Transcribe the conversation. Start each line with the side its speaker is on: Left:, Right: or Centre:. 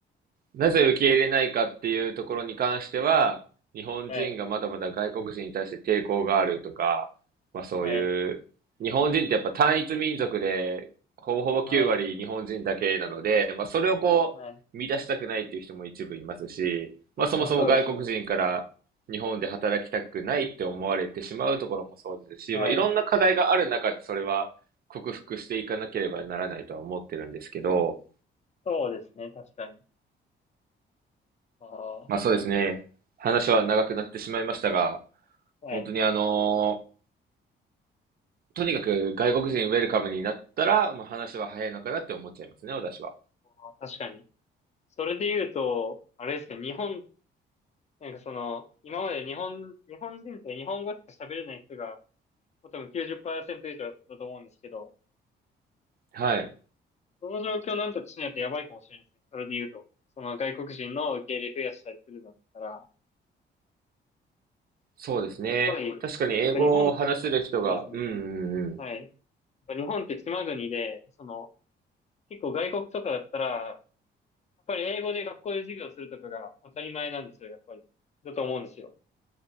Right: なぜ受け入れないかっていうところに関しては、日本人がまだまだ外国人に対して抵抗があるとか、
Left: な。はい、
Right: まあそういう、
Left: はい、
Right: 日本人ってやっぱ単一民族で、ほぼほぼ9割日本人だけなので、
Left: はい、
Right: まあそれをこう、
Left: はい。
Right: 乱したくないっていう人も一部いますし、
Left: 確かにそうですね。
Right: まあそもそも外国人から日本で働きたくないって思われてしまうところもそうですし、
Left: はい。
Right: まあいろんな課題がある中でそれは克服していかなければならないとは思ってるんですけど、
Left: そうですね、確かに。ああ、
Right: まあそうですね。話は長くなってしまいましたが、
Left: はい、はい。
Right: 本当にあのーとにかく外国人ウェルカムになったら、まあ、話は早いのかなって思っちゃいますね、私は。
Left: あー確かに。それで言うと、あれですけど、日本、なんかその、今まで日本、日本人って日本語しか喋れない人が、もう多分90%以上だと思うんですけど、
Right: はい。
Left: その状況をなんとかしないとやばいかもしれないですね。それで言うと。その外国人の受け入れ増やしたりするのだったら、
Right: そうですね。
Left: やっぱり、そうですねなんか日本、
Right: 確かに英語を話せる人が、
Left: そうですね。
Right: うんうんうん。
Left: はい。日本って島国で、その、結構外国とかだったら、やっぱり英語で学校で授業するとかが当たり前なんですよ、やっぱり。だと思うんですよ。